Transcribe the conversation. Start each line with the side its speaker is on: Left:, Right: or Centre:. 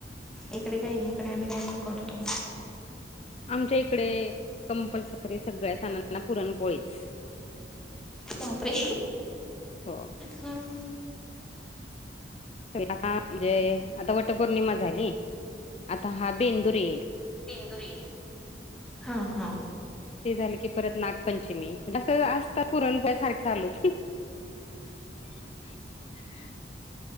Centre: इकडे काही नाही इकडे आम्ही काय पण करतो.
Left: आमच्या इकडे कंपल्सरी सगळ्या सणांना पुरणपोळीच.
Centre: बापरे.
Left: हो.
Centre: हं,
Left: सगळे आता म्हणजे, आता वटपौर्णिमा झाली आता हा, बेंदूर येईल.
Centre: तरी, हा हा.
Left: ते झालं की परत नागपंचमी, कसं आसतं पुरणपोळ्या सारखं चालूच.. <inaudible>